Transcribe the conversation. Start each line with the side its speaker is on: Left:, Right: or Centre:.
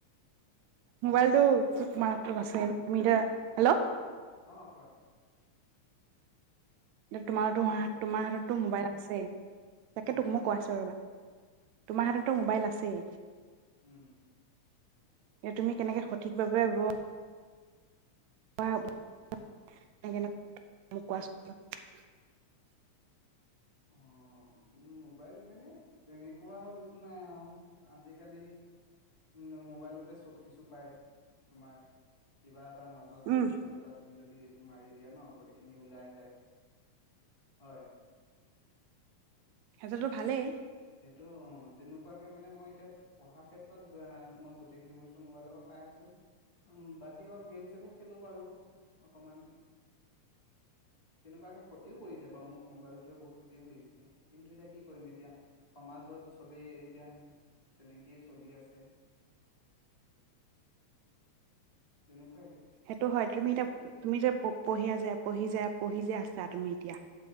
Left: হেল্ল'
Right: মোবাইলটো <unintelligible> মাৰ আছিল। <unintelligible> হেল্ল'।
Left: অ' কোৱা!
Right: তোমাৰ
Left: শুনি
Right: তো
Left: আছো কোৱা
Right: তোমাৰ হাততটো মোবাইল সেই তাকে
Left: উম
Right: তোক মই কৈ আছো ৰ'বা তোমাৰ, তো মোবাইল আছেই
Left: উম
Right: এ তুমি কেনেকে সঠিকভাৱে বোৱা। <unintelligible> কোৱাচোন <unintelligible>
Left: অ মোবাইল মানে তেনেকুৱা একো নাই আৰু আজিকালি উম মোবাইলতে চব কিছু পায় তোমাৰ কিবাত এটা নজনা
Right: উম
Left: কোৱেচন এটা তুমি যদি মাৰি দিয়া ন গোটেইখিনি ওলাই যায়। হয়,
Right: সিহঁতো ভালেই,
Left: সেইটো অ তেনেকুৱা, তেনেকুৱাকে মানে মই এতিয়া পঢ়া ক্ষেত্ৰত মই গোটেইখিনি বস্তু মোবাইলৰ পৰা পাই আছো উম বাকী অলপ গেম চছেমো খেলো বাৰু অকমান তেনেকুৱাকে কতিও কৰিছে বাৰু মোক মোবাইলটোৱে বহুত ক্ষতিও কৰিছে কিন্তু এতিয়া কি কৰিম এতিয়া। সমাজত চ'বেই এতিয়া তেনেকেই চলি আছে। তেনেকুৱা,
Right: সেইটো হয়, তুমি এতিয়া তুমি যে পঢ়িয়া যে, পঢ়ি যে পঢ়ি যে আছা, তুমি এতিয়া।